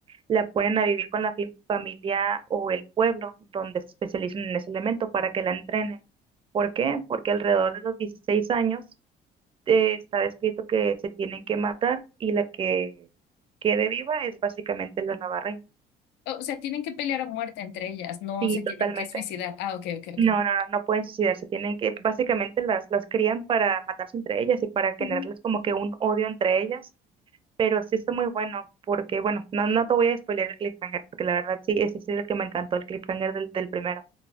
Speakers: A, on the right; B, on the left.
A: la ponen a vivir con la fi- familia o el pueblo donde se especializan en ese elemento para que la entrenen. ¿Por qué?
B: ujú.
A: Porque alrededor de los 16 años eh, está escrito que se tienen que matar y la que quede viva es básicamente la nueva reina.
B: O sea, tienen que pelear a muerte entre ellas, no
A: Sí,
B: se tienen
A: totalmente.
B: que suicidar. Ah, ok, ok, ok.
A: No, no, no, no pueden suicidarse, tienen que, básicamente las, las crían para matarse entre ellas y para
B: Ujú.
A: generarles como que un odio entre ellas, pero sí está muy bueno, porque bueno, no, no te voy a spoiler el cliffhanger, porque la verdad sí, ese sí es el que me encantó, el cliffhanger del, del primero,